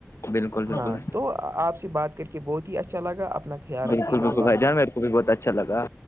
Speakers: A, on the left (about 65°); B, on the right (about 60°).
A: بالکل بالکل
B: ہاں تو آپ سے بات کر کے بہت ہی اچھا لگا اپنا خیال رکھیے
A: بالکل
B: گا
A: بالکل
B: اللہ
A: بھائی
B: حافظ
A: جان میرے بھی بہت اچھا لگا